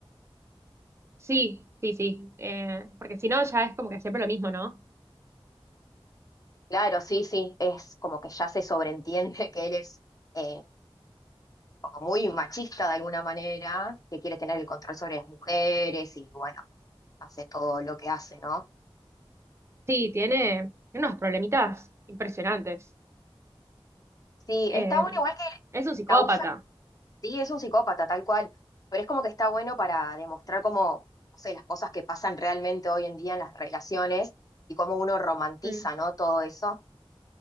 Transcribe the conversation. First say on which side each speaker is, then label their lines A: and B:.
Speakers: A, on the right; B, on the left.
A: Sí, sí, sí. eh, porque si no, ya es como que siempre lo mismo, ¿no?
B: Claro, sí, sí, es como que ya se sobreentiende que él es eh, como muy machista de alguna manera, que quiere tener el control sobre las mujeres y bueno, hace todo lo que hace, ¿no?
A: Sí, tiene, tiene unos problemitas impresionantes.
B: Sí,
A: Eh,
B: está bueno igual que
A: es un psicópata.
B: la usa, sí, es un psicópata tal cual, pero es como que está bueno para demostrar cómo, no sé, las cosas que pasan realmente hoy en día en las relaciones y cómo uno romantiza,
A: Mm,
B: ¿no? Todo eso.